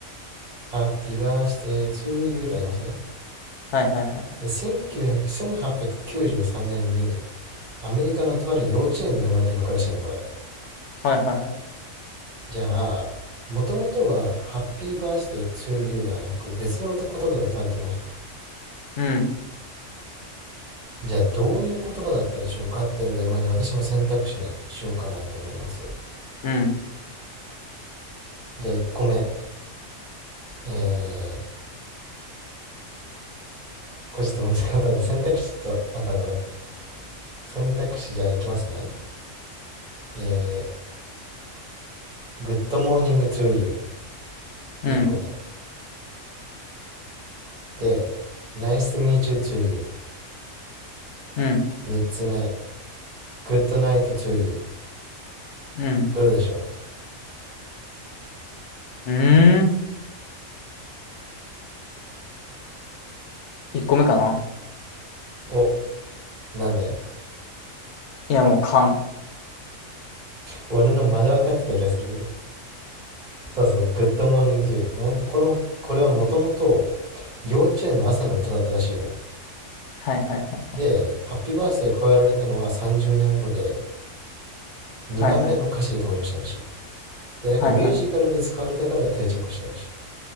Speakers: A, on the right; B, on the left.
A: Happy Birthday to You ってありますね。
B: はいはいはい。
A: で、1900 1893年にアメリカのとある幼稚園で生まれた曲らしいの、これ。
B: はいはいはい。
A: じゃあ、もともとは、ハッピーバースデー to you ではなく、別の歌言葉で歌われてましたと。
B: うん、
A: じゃあ、どういう言葉だったでしょうかっていうので、まあ、じゃあ私も選択肢にしようかなと思います。
B: うん、
A: じゃあ、1個目。えー、これちょっと難しかったんで、選択肢と、また後、選択肢じゃあいきますね。えー、Good morning to you。
B: うん、
A: 1個目。で、Nice to meet you to you。
B: うん、
A: 3つ目。Good night to you。
B: うん。
A: どれでしょ
B: うーん。1個目かな。
A: うお、なんで
B: いや、もう勘。
A: 俺のまだ分かってた気がするけど。そうそう、グッドモーニングという、もっとこの、これはもともと幼稚園の朝の歌だったらしいのよ。
B: はいはいはい。
A: で、ハッピーバースデー加えられたのは30年後で、2番目の歌詞で登場したらしい。
B: はいはいはい。
A: で、なんかミュージカルで使われたから定着したらしい。
B: はいはい。